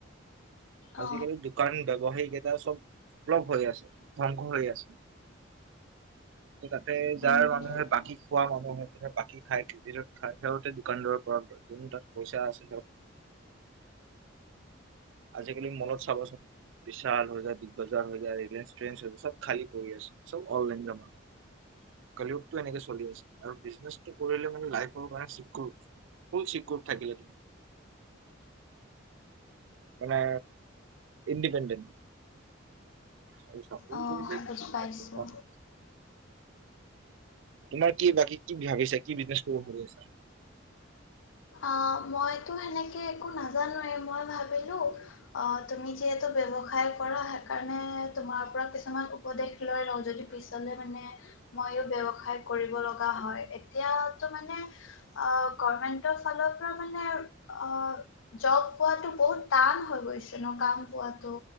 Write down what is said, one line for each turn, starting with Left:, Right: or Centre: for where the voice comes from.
Right: আজিকালি
Left: অ
Right: দোকান ব্যবসায়িকেইটা চব সল হৈ আছে ধ্বংস হৈ আছে। তাতে যাৰ
Left: উম
Right: মানুহে বাকী খোৱা মানুহে তাতে বাকী খায় ক্ৰেদিটত খায় সেইহতে দোকান দোৰৰ পৰা যোন তাত পইচা আছে। আজিকালি মলত চাবচোন বিশাল হৈ বিগ বজাৰ হৈ যায় য, চব খালি হৈ পৰি আছে, চব অনলাইন জমনা, কলি যুগ টো এনেক চলি আছে আৰু বিছনিজ টো কৰিলে মানে লাইফ ৰ কাৰণে চিকিওৰ, ফুল চিকিউৰ থাকে। মানে ইণ্ডিপেণ্ডেণ্ট। তোমাৰ
Left: অঁ বুজ পাইছোঁ।
Right: তোমাৰ কি বাকী কি ভাবিছো কি বিজনেছ কৰিব ভাবি আচা?
Left: আহ, মইতো সেনেকে একো নাজানোৱে মই ভাবিলো অ তুমি যিহেতু বৱসায় কৰা সেইকাৰণে তোমাৰ পৰা কিছুমান উপদেশ লৈ লওঁ যদি পিছলে মানে মইো ব্য়ৱসায় কৰিব লগা হয় এতিয়া মানে অ গমেন্ট ফালৰ পৰা মানে অ জব পোৱা বহুত টান হৈ গৈছে ন কাম পোৱা